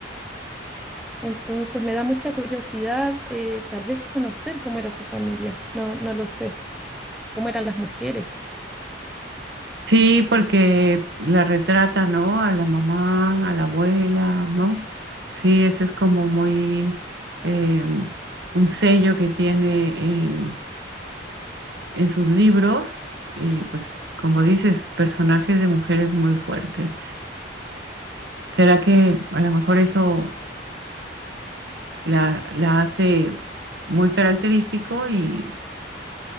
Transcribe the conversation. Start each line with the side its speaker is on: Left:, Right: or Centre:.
Centre: Entonces me da mucha curiosidad, eh, tal vez conocer cómo era su familia. No, no lo sé. Cómo eran las mujeres.
Right: Sí, porque la retrata, ¿no? A la mamá, a la abuela, ¿no? Sí, ese es como muy eh, un sello que tiene en, en sus libros y pues como dices, personajes de mujeres muy fuertes. ¿Será que a lo mejor eso la, la hace muy característico y,